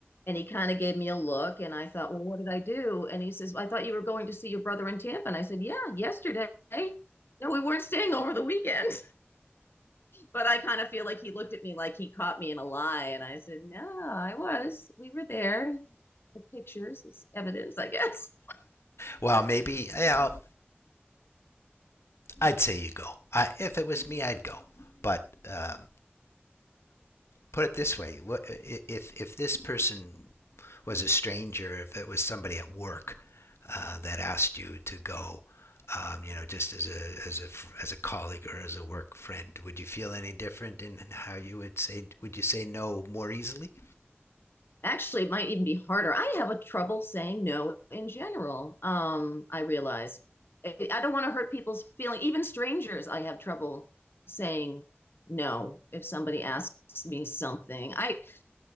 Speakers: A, on the left; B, on the left.
A: and he kind of gave me a look. And I thought, well, what did I do? And he says, I thought you were going to see your brother in Tampa. And I said, yeah, yesterday. No, we weren't staying over the weekend but I kind of feel like he looked at me like he caught me in a lie, and I said, "No, I was. We were there. The pictures is evidence, I guess."
B: Well, maybe yeah, I'll, I'd say you go. I, if it was me, I'd go. But uh, put it this way: if if this person was a stranger, if it was somebody at work uh, that asked you to go, um, you know, just as a as a as a colleague or as a work friend, would you feel any different in how you would say? Would you say no more easily?
A: Actually, it might even be harder. I have a trouble saying no in general. Um, I realize I don't want to hurt people's feelings, Even strangers, I have trouble saying no if somebody asks me something. I